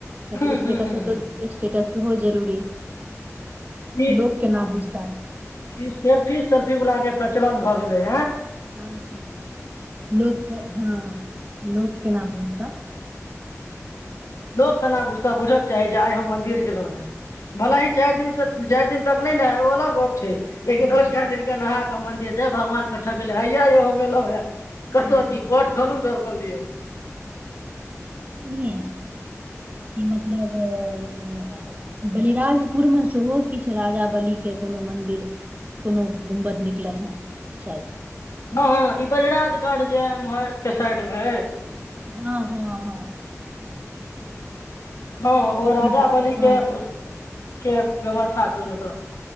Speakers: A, on the right (about 30°); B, on the left (about 65°).
A: ताकि
B: हूँ हूँ
A: स्टेटस
B: हूँ
A: तऽ स्टेटस हो जरूरी
B: ई
A: लोक केना बुझ तऽ
B: ई सेल्फी सेल्फी वला जे प्रचलन भए गेलै हे
A: हँ हँ लोक हँ लोकग केना बुत
B: लोको केना बुझता बुझयक चाही जे आइ हम मदिर गेलहुँ हं भला ह चारि दिन से चारि दिन तक नहि ने ह ओ अलग गप छै लेकिन
A: हँ
B: अजुका दिन के नहा मंदिर हय भगवान के ठकले हया य मेल है कतथ
A: एलहुँ
B: पोट खोलू त ी य
A: नी की मतलब अ-ए बलिराजपुरमे सेहो किछु राजा बलीेके कोनो मन्दिर कोनो गुमबद निकलल हन शायद
B: हँ ई पहिले राजगाट जे हो साइड मे
A: हाँ हाँ हाँ
B: हाँ ओ राजा
A: विभाग
B: बली
A: हँ
B: के के व्यव- -स्था चल तऽ